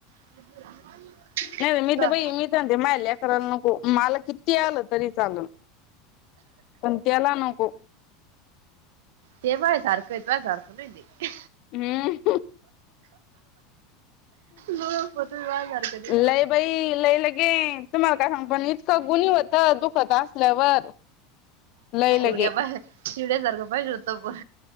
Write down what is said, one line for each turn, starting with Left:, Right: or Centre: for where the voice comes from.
Right: <inaudible>
Left: नाही बाई मी
Right: सा-
Left: तर बाई मी तर म्हणते माय लेकराला नको मला किती आलं तरी चालल. पण त्याला नको!
Right: ते बाळ्या सारखंय तुया सारखं नाही तें.
Left: हम्म!
Right: लोळप तुम्ही बाय सारखं ते
Left: लय बाई लय लगेन तुम्हाला काय सांगु पनीतं तं गुणी होत दुखतं असल्यावर. लय लगे
Right: शिवड्या पाह शिवड्यासारखं पाहिजे होत पण.